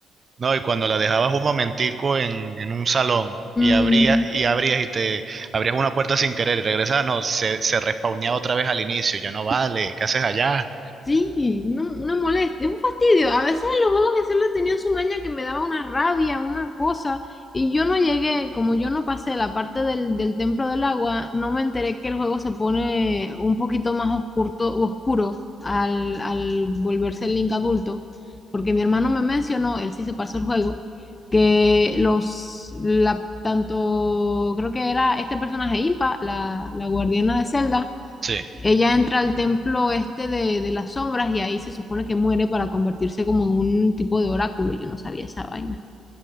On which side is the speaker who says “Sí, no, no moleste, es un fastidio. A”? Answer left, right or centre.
Left